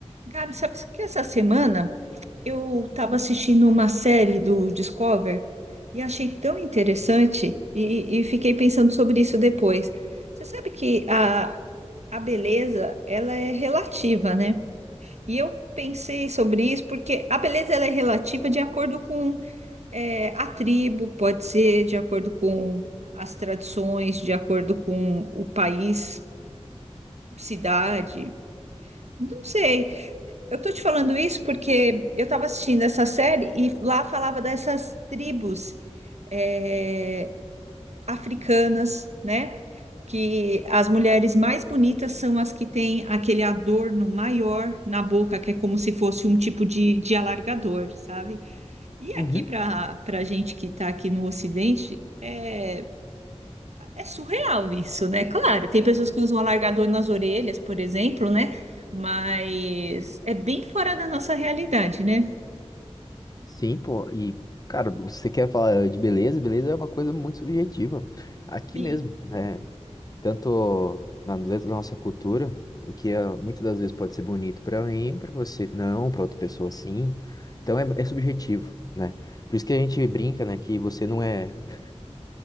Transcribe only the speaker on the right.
Gabi, sabe que essa semana eu estava assistindo uma série do Discover e achei tão interessante e, e fiquei pensando sobre isso depois. Você sabe que a, a beleza, ela é relativa, né? E eu pensei sobre isso porque a beleza ela é relativa de acordo com é, a tribo, pode ser de acordo com as tradições, de acordo com o país, cidade, não sei. Eu tô te falando isso porque eu estava assistindo essa série e lá falava dessas tribos eh, africanas, né? Que as mulheres mais bonitas são as que têm aquele adorno maior na boca, que é como se fosse um tipo de, de alargador, sabe? E aqui
para para a gente que está aqui no Ocidente, é, é surreal isso, né? Claro, tem pessoas que usam alargador nas orelhas, por exemplo, né? Mas é bem fora da nossa realidade, né?
Sim,